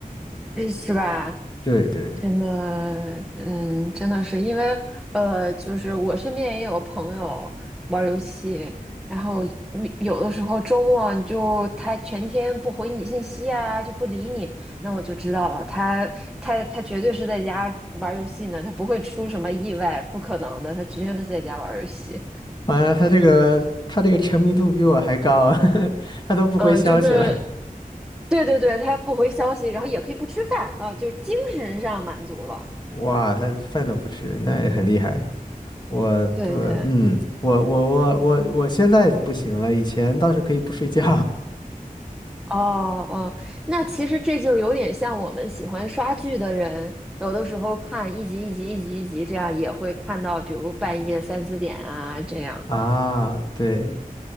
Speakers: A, in the centre; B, on the left.
A: 诶是吧？
B: <laughs> 对对，
A: 真的，嗯，真的是因为，呃，就是我身边也有朋友玩儿游戏，然后你有的时候周末你就他全天不回你信息啊，就不理你，那我就知道了，他他他绝对是在家玩儿游戏呢，他不会出什么意外，不可能的，他直接是在家玩儿游戏。
B: 完了，他这个他这个沉迷度比我还高，<laughs> 他都不回消息了。
A: 嗯，呃就是对对对，他不回消息，然后也可以不吃饭啊，就是精神上满足了。
B: 哇，他饭都不吃，那也很厉害。我对，
A: 对对，
B: 嗯，我我我我我现在不行了，以前倒是可以不睡觉
A: 哦哦，那其实这就有点像我们喜欢刷剧的人，有的时候看一集一集一集一集，这样也会看到，比如半夜三四点啊这样。
B: <laughs> 啊。对，